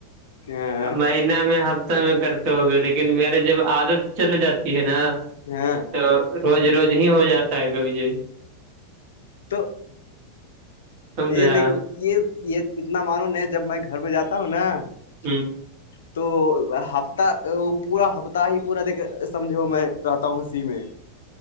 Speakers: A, on the left; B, on the right.
A: ہاں
B: مہینہ میں ہفتہ میں گ تو ہو گیا لیکن میرے جب عادت چل جاتی ہے نا
A: ہاں
B: تو روز روز ہی ہو جاتا ہے کبھی جی
A: تو
B: سمجھا
A: یہ لیکن یہ یہ اتنا معلوم نہیں جب میں گھر میں جاتا ہوں نا
B: ہوں
A: <unintelligible> تو ہفتہ پورا ہفتہ ہی پورا د سمجھو میں رہتا ہوں اسی میں